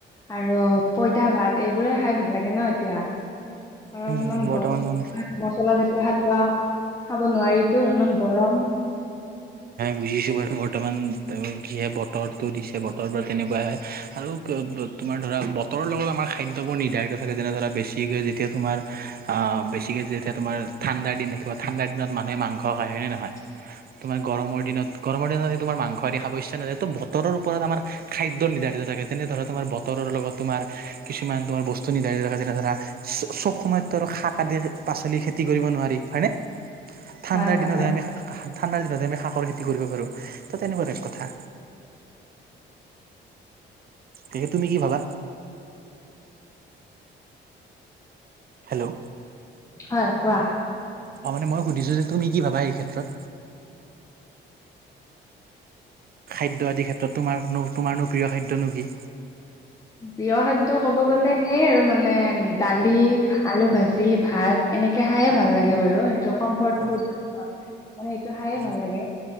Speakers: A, on the left (about 15°); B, on the right (about 50°).
A: আৰু পইতা ভাত এইবোৰে খাই ভাল লাগে ন এতিয়া। কাৰণ
B: উম
A: ইমান
B: বৰ্তমান
A: গৰম
B: মানে
A: মছলা জাতীয় খাদ্য বা খাব নোৱাৰিতো ইমান গৰম।
B: বুজিছোঁ বাৰু বৰ্তমান ত যিহে বতৰটো দিছে বতৰ বা তেনেকুৱাই হয় আৰু ক'ব তোমাৰ ধৰা বতৰৰ লগত আমাৰ খাদ্যবোৰ নিৰ্ধাৰিত থাকে যেনে ধৰা বেছিকে যেতিয়া তোমাৰ আহ বেছিকে যেতিয়া তোমাৰ ঠাণ্ডাৰ দিন দেখিব ঠাণ্ডাৰ দিনত মানুহে মাংস খায় হয় নে নহয়?
A: <unintelligible>
B: তোমাৰ গৰমৰ দিনত গৰমৰ দিনত আদি তোমাৰ মাংসৱেদি খাবলৈ ইচ্ছা নাযায় তো বতৰৰ ওপৰত আমাৰ খাদ্য নিৰ্ধাৰিত থাকে। যেনে ধৰা তোমাৰ বতৰৰ লগত তোমাৰ কিছুমান তোমাৰ বস্তু নিৰ্ধাৰিত থাকে যেনে ধৰা চ চব সময়ত শাক কাতি পাচলি খেতি কৰিব নোৱাৰি হয়নে ঠাণ্ডাৰ
A: হয়, হয়,
B: দিনত
A: হয়।
B: আমি হা শা ঠাণ্ডাৰ দিনত আমি শাকৰ খেতি কৰিব পাৰো ত তেনেকুৱা এক কথা। তাকে তুমি কি ভাবা? হেল্ল'
A: হয় কোৱা
B: অ মানে মই সুধিছো যে তুমি কি ভাবা এই ক্ষেত্ৰত খাদ্য আদিৰ ক্ষেত্ৰত তোমাৰনো তোমাৰনো প্ৰিয় খাদ্যনো কি
A: প্ৰিয় খাদ্য কব গ'লে সেই আৰু মান মানে দালি আলু ভাজি ভাত এনেকে খায়ে ভাল লাগে বাৰু এইটো কম্পৰ্ট
B: অ
A: ফুথ মানে সেইটো খায়ে
B: অ
A: ভাল লাগে